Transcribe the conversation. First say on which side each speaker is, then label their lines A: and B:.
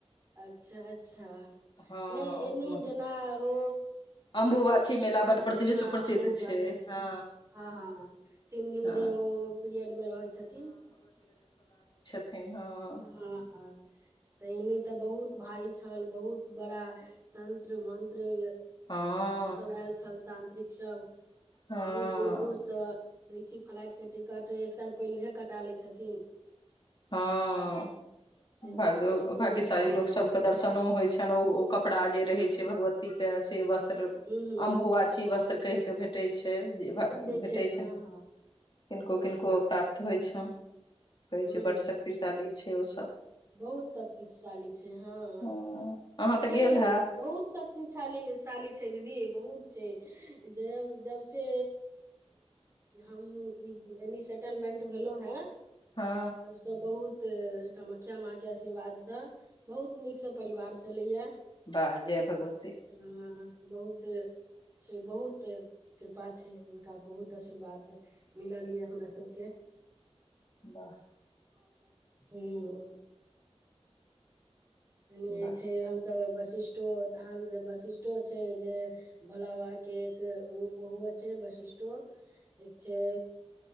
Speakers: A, on the right; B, on the left.
A: अच्छा अच्छा
B: हँ
A: नहि एनी जेना ओ
B: अम्बुबाछी मेला बड
A: हँ
B: प्रसिद्ध विश्व प्रसिद्ध छै
A: <inaudible>
B: हँ
A: हँ हँ तीन दिन
B: हँ
A: जे पीरियड मे रहै छथिन
B: ठेँ हं
A: हँ हँ त एने तऽ बहुत भारी छल बहुत बड़ा तंत्र मन्त्र
B: हं
A: सब आयल छल तांत्रिक सब
B: हँ
A: बहुत दूर दूरसँ दै छी फ्लाइटके टिकट एक साल पहिलेहे कटा लै छथिन
B: हँ
A: से
B: भाग्य
A: बात छै बहुत
B: भाग्यशाली
A: भारी
B: लोक
A: आयल
B: सबके
A: छै
B: दर्शनो होइ छनि ओ ओ कपड़ा जे रहै छै भगवती के से वस्त्र
A: हूँ हूँ
B: अम्बुवाची वस्त्र कहि के भेटे छै भेटै
A: छै हँ
B: छनि किनको
A: हँ हँ
B: किनको प्राप्त होइ छनि कहै
A: हूँ
B: छै शक्तिशाली छै। ओ सभ
A: बहुत शक्तिशाली छै। हँ हा
B: हँ अहाँ
A: छै।
B: तऽ गेल हैब
A: बहुत शक्तिशाली साली छै। साली बहुत छै। जब जब से हम ई एान सेटलमेंट भेलो हे
B: हँ
A: तब सभ बहुत कामख्या माँ केँ आशीर्वाद सँ बहुत नीक सँ परिवार चलैए
B: बाह जय भगवती
A: हा बहुत छै। बहुत कृपा छै। हुनका बहुत आशीर्वाद मिलल यऽ हमरा सभ के
B: वाह
A: हा कनि
B: वाह
A: छै। हमस वशिष्ठो हम वशिष्ठ छै। जे भोला बाबा के एक रूप बहु छै। वशिष्ठटो एक छै।